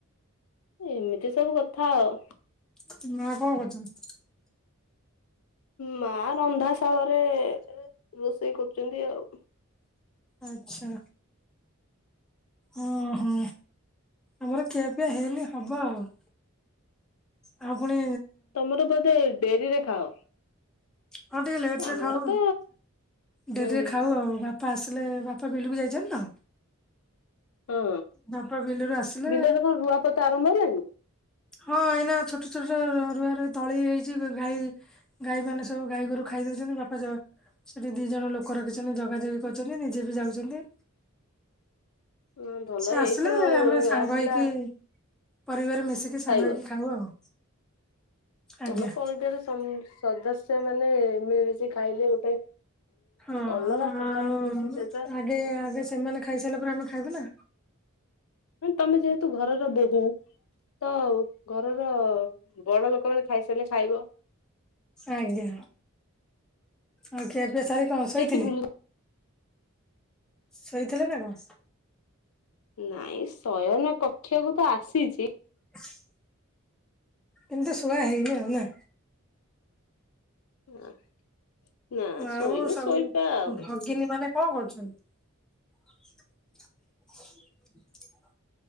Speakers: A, on the left; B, in the centre.
A: ଏମିତି ସବୁ କଥା ଆଉ।
B: ଏଇନା କଣ କରୁଛନ୍ତି?
A: ମା ରନ୍ଧାଶାଳରେ, ରୋଷେଇ କରୁଛନ୍ତି ଆଉ।
B: ଆଚ୍ଛା। ଓହୋ। ଆମର ଖିଆପିଆ ହେଇନି ହବ ଆଉ। ଆଉ ପୁଣି
A: ତମର ବୋଧେ ଡେରି ରେ ଖାଅ।
B: ହଁ ଟିକେ ଲେଟ
A: ଆମର
B: ରେ ଖାଉ।
A: ତ
B: ଡେରିରେ
A: ହୁଁ
B: ଖାଉ ଆଉ। ବାପା ଆସିଲେ ବାପା ବିଲକୁ ଯାଇଛନ୍ତି ତ।
A: ହଁ
B: ବାପା ବିଲରୁ ଆସିଲେ।
A: ବିଲରେ କଣ ରୁଆପୋତା ଆରମ୍ଭ ହେଲାଣି?
B: ହଁ ଏଇନା ଛୋଟ ଛୋଟ ରୁଆରେ ତଳି ହେଇଛି, ଗାଈ ଗାଈ ମାନେ ସବୁ ଗାଈ ଗୋରୁ ଖାଇଦଉଛନ୍ତି। ବାପା ଯୋର ସେଠି ଦି ଜଣ ଲୋକ ରଖିଛନ୍ତି। ଜଗାଯଗି କରଛନ୍ତି। ନିଜେ ବି ଯାଉଛନ୍ତି।
A: ହଁ ଭଲ
B: ସେ ଆସିଲେ
A: ଏଇତ
B: ଆମେ ସାଙ୍ଗ
A: ଆସିଲା
B: ହେଇକି ପରିବାର ମିଶିକି ସାଙ୍ଗ
A: ଖାଇବ।
B: ହେଇକି ଖାଉ ଆଉ। ଆଜ୍ଞା।
A: ତଲ ପରିବାର ସଦସ୍ୟ ମାନେ ମିଳିମଶି ଖାଇଲେ ଗୋଟେ
B: ହଁ
A: ଅଲଗା ପ୍ରକାର
B: ଆଉ
A: ଖୁସି ସେଇଟା।
B: ଆଗେ ଆଗେ ସେମାନେ ଖାଇସାରିଲା ପରେ ଆମେ ଖାଇବୁ ନା।
A: ହଁ ତମେ ଯେହେତୁ ଘରର ବୋହୂ ତ ଘରର ବଡ ଲୋକମାନେ ଖାଇସାରିଲେ ଖାଇବ।
B: ଆଜ୍ଞା। ଆଉ ଖିଆପିଆ ସାରି କଣ ଶୋଇଥିଲି।
A: ଯାଇକି ବୁଲ
B: ଶୋଇଥିଲା ନା କଣ।
A: ନାଇଁ ଶୟନ କକ୍ଷକୁ ତ ଆସିଛି,
B: <inaudible> ଏମିତି ଶୁଆ ହେଇନି ଆଉ ନା?
A: <unintelligible>
B: ଆଉ
A: ଶୋଇନି
B: ସବୁ
A: ଶୋଇବା ଆଉ
B: ଭଗିନୀ ମାନେ କଣ କରୁଛନ୍ତି? <inaudible>